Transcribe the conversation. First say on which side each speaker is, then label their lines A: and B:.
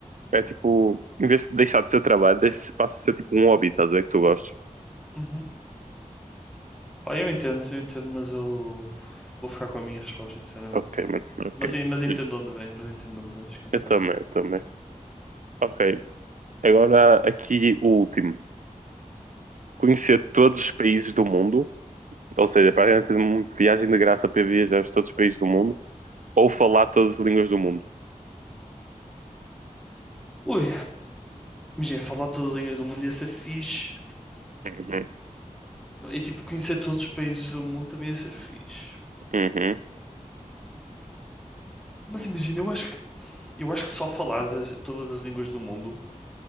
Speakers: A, on the right; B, in the centre.
A: É tipo, em vez de deixar de ser trabalho, deixa- passa a ser tipo um hobby, estás a ver que tu gostas.
B: Uhum. Pá, eu entendo, eu entendo, mas eu vou ficar com a minha resposta, sinceramente.
A: Ok, mano, ok.
B: Mas, en- mas entendo
A: Justo.
B: onde vens, mas entendo onde vens completamente.
A: Eu também, eu também. Ok, agora aqui o último. Conhecer todos os países do mundo, ou seja, para praticamente uma viagem de graça para viajar a todos os países do mundo, ou falar todas as línguas do mundo.
B: Ui, imagina, falar todas as línguas do mundo ia ser fixe,
A: Uhum,
B: E tipo, conhecer todos os países do mundo também ia ser fixe.
A: uhum,
B: Mas imagina, eu acho que, eu acho que só falares as- todas as línguas do mundo